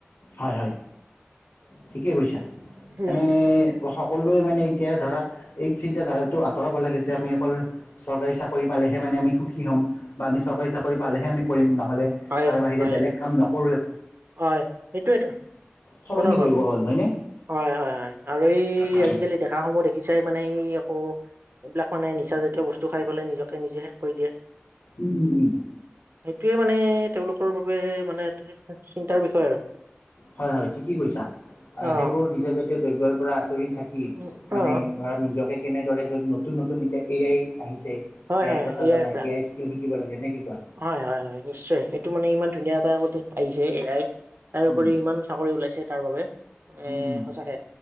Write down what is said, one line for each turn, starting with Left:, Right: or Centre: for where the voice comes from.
Left: হয় হয় ঠিকে কৈছা
Right: উম,
Left: মানে প্ৰশাসনটোৱে মানে এতিয়া ধৰা এই চিন্তা ধাৰাটো আঁতৰাব লাগিছে আমি অকল চৰকাৰী চাকৰি পালেহে মানে আমি সুখী হ'ম বা আমি চৰকাৰী চাকৰি পালেহে আমি কৰিম নহ'লে
Right: হয়
Left: তাৰ বাহিৰে
Right: হয়
Left: বেলেগ কাম নকৰোঁৱে
Right: হয় এইটো এটো
Left: সলনি
Right: মনৰ ভাৱ
Left: কৰিব হ'ল হয়নে
Right: হয় হয় হয় আৰু এই
Left: হয়
Right: আজিকালি ডেকাসমূহ দেখিছাই মানে এই আকৌ এইবিলাক মানে নিচা জাতীয় বস্তু খাই পেলাই নিজকে নিজে শেষ কৰি দিয়ে
Left: উ উ উ
Right: এইটোৱে মানে তেওঁলোকৰ বাবে মানে এ চিন্তাৰ বিষয় আৰু
Left: হয় হয় ঠিকেই কৈছা আ
Right: অ
Left: সেইবোৰ নিচা জাতীয় দ্ৰব্যৰ পৰা আঁতৰি থাকি
Right: উম,
Left: মানে
Right: অ
Left: ধৰা নিজকে কেনেদৰে যদি নতুন নতুন এতিয়া এ আই আহিছে
Right: হয়
Left: এ আইৰ
Right: হয়
Left: কথা
Right: এয়াৰ
Left: জানাই
Right: পৰা
Left: এ আইছ কে শিকিব লাগে নে কি কোৱা?
Right: হয় হয় হয় নিশ্চয় সেইটো মানে ইমান ধুনীয়া এটা সুযোগ আহিছে এ আই। তাৰ ওপৰি
Left: উম,
Right: ইমান চাকৰি ওলাইছে তাৰ বাবে মানে
Left: উম, উম, উম,
Right: সঁচাকে